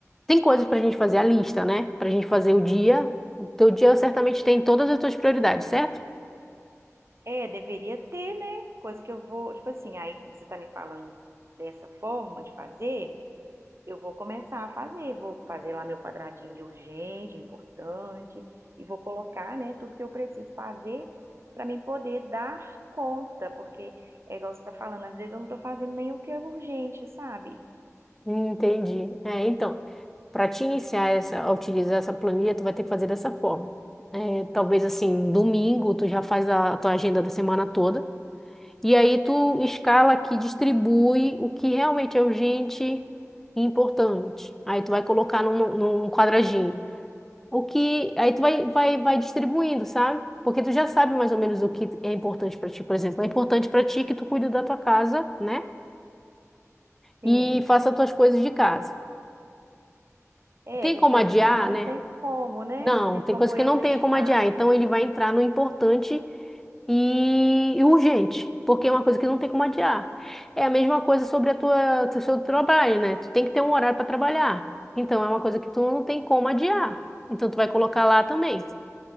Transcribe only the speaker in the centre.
tem coisas pra gente fazer a lista, né? Pra gente fazer o dia. O teu dia certamente tem todas as tuas prioridades, certo?
Entendi. É, então, para te iniciar essa, a utilizar essa planilha, tu vai ter que fazer dessa forma. É, talvez assim, domingo tu já faz a tua agenda da semana toda. E aí tu escala aqui, distribui o que realmente é urgente e importante. Aí tu vai colocar num, num quadradinho. O que aí tu vai, vai, vai distribuindo, sabe? Porque tu já sabe mais ou menos o que é importante pra ti. Por exemplo, é importante pra ti que tu cuide da tua casa, né?
E faça as tuas coisas de casa.
Tem
como
adiar,
né?
Não,
tem
coisa que
não
tem como adiar. Então ele vai entrar no importante e, e urgente, porque é uma coisa que não tem como adiar. É a mesma coisa sobre a tua, o seu trabalho, né? Tu tem que ter um horário para trabalhar. Então é uma coisa que tu não tem como adiar. Então tu vai colocar lá também.